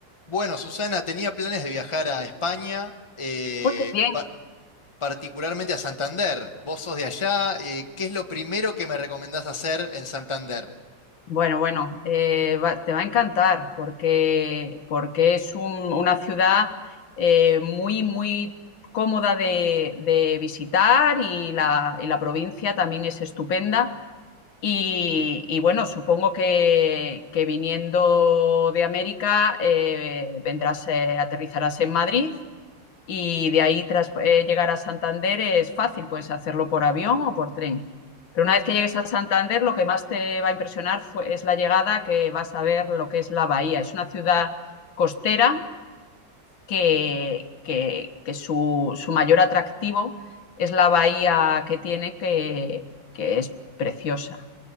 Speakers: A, on the left; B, on the left.
A: Bueno, Susana, tenía planes de viajar a España, eh,
B: Uy, qué bien.
A: pa- particularmente a Santander. Vos sos de allá, eh, ¿qué es lo primero que me recomendás hacer en Santander?
B: Bueno, bueno, eh, va- te va a encantar porque, porque es un- una ciudad eh, muy, muy cómoda de, de visitar y la, y la provincia también es estupenda. Y, y bueno, supongo que, que viniendo de América eh, vendrás, eh, aterrizarás en Madrid Y de ahí, tras eh, llegar a Santander, es fácil, puedes hacerlo por avión o por tren. Pero una vez que llegues a Santander, lo que más te va a impresionar fue- es la llegada que vas a ver lo que es la bahía. Es una ciudad costera que, que- que su, su mayor atractivo es la bahía que tiene, que, que es preciosa.